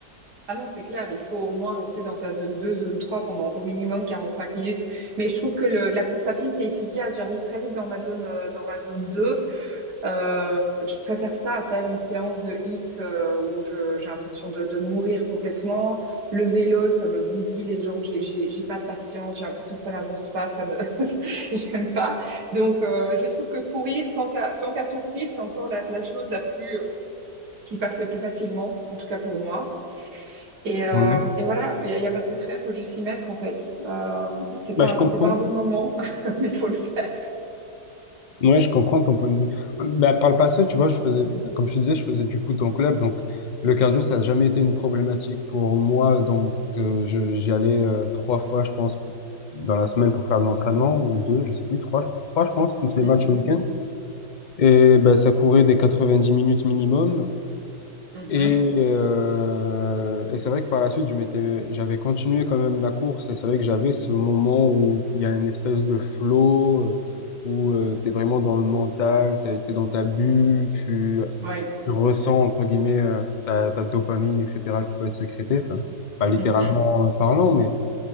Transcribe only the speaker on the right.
Ah non, c'est clair, il faut au moins rester dans ta zone 2, zone 3 pendant au minimum 45 minutes. Mais je trouve que le, la course à pied, c'est efficace. J'arrive très vite dans ma zone, euh, dans ma zone 2. Euh, je préfère ça à faire une séance de hit euh, où je, j'ai l'impression de, de mourir complètement. Le vélo, ça me bousille les jambes, j'ai, j'ai, j'ai pas de patience, j'ai l'impression que ça n'avance pas, ça ne, <laughs> j'aime pas. Donc, euh, je trouve que courir, tant qu'à, tant qu'à souffrir, c'est encore la, la chose la plus, euh, qui passe le plus facilement, en tout cas pour moi. Et, euh,
et voilà, il n'y a, y a pas de secret, faut juste s'y mettre en fait. Euh, c'est pas,
c'est pas un bon moment, <laughs> mais faut le faire.
Mhm,
mhm,
ouais,
mhm.